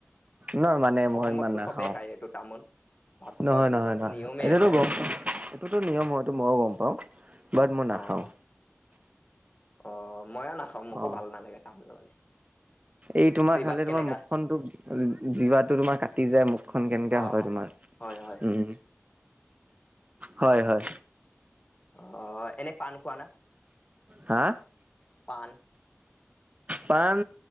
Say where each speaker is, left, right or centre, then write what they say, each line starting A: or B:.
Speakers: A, on the right; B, on the left.
A: নহয় মানে মানে, মই
B: অসমততো
A: ইমান নাখাওঁ।
B: চবেই খায় এইটো তামোল। ভাত খোৱাৰ
A: নহয়,
B: পিছত
A: নহয়, নহয়।
B: নিয়মেই
A: এইটোতো
B: এটাই
A: গম, এইটোতো নিয়ম হয়, এইটো মইয়ো
B: অ
A: গম পাওঁ। পাওঁ। বাত মই নাখাওঁ।
B: অ অ'! মইয়ো নাখাওঁ। মোকো
A: অ
B: ভাল নালাগে তামোল মানে!
A: এই তোমাৰ,
B: জিভাত
A: খালে
B: কেনেকা
A: তোমাৰ, মুখখন তো জিভাটো তোমাৰ কাটি যায়। মুখখন কেনেকাে
B: অ
A: হয় তোমাৰ?
B: হয়, হয়।
A: উম, হয়, হয়।
B: অ'! এনে পাণ খোৱা না?
A: হা!
B: পাণ।
A: পাণ,